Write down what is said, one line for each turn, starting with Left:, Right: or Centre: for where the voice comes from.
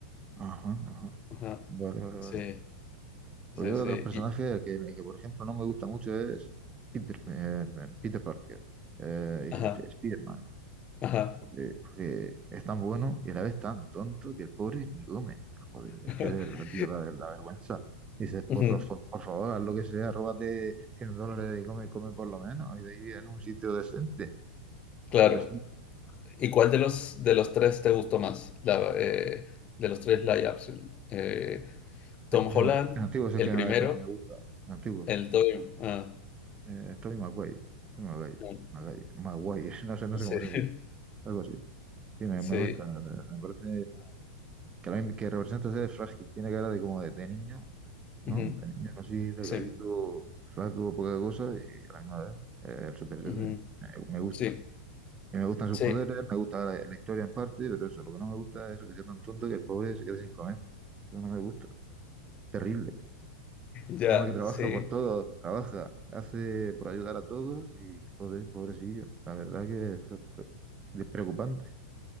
Right: ajá, ajá.
Left: Ajá.
Right: Vale, vale, vale.
Left: Sí,
Right: Pues
Left: sí,
Right: yo de
Left: sí.
Right: otros personajes
Left: Y-
Right: que, eh, que, por ejemplo, no me gusta mucho es Peter, eh, Peter Parker. Eh, y
Left: ajá,
Right: Spider-Man.
Left: ajá.
Right: Porque, porque es tan bueno y a la vez tan tonto que el pobre ni come. Joder, es
Left: <laughs>
Right: que de verdad, tío, da ver- la vergüenza. Dices, por,
Left: Ujú,
Right: por, fa- por favor, haz lo que sea, róbate 100 dólares y come, come por lo menos. Y de ahí en un sitio decente.
Left: Claro.
Right: Pobrecito.
Left: ¿Y cuál de los, de los tres te gustó más? La, eh, de los tres live action. Eh, Tom
Right: Eh, El,
Left: Holland,
Right: an- el antiguo si
Left: el
Right: es el que,
Left: primero,
Right: el que más me gusta. El antiguo.
Left: el Toy. ah,
Right: Eh, Tobey Maguire. Tobey Maguire.
Left: ah,
Right: Maguire. Maguire. <laughs> No sé, no
Left: sí,
Right: sé cómo se
Left: <laughs>
Right: pronuncia. Algo así. Sí, me,
Left: sí.
Right: me gusta. Me parece que, la, que representa ser frágil. Tiene cara de como de, de niño ¿no?
Left: Ujú,
Right: El niño así, delgadito,
Left: sí,
Right: flaco, poca cosa, y a la misma vez, eh, el superhéroe,
Left: ujú,
Right: me, me gusta.
Left: sí,
Right: Y me gustan sus
Left: sí,
Right: poderes, me gusta la, la historia en parte, pero eso, lo que no me gusta es eso, que sea tan tonto que el pobre se quede sin comer. Eso no me gusta. Terrible.
Left: ya,
Right: Encima que trabaja
Left: sí,
Right: por todos, trabaja, hace por ayudar a todos y, joder, pobrecillo. La verdad que es, pre- pre- es preocupante.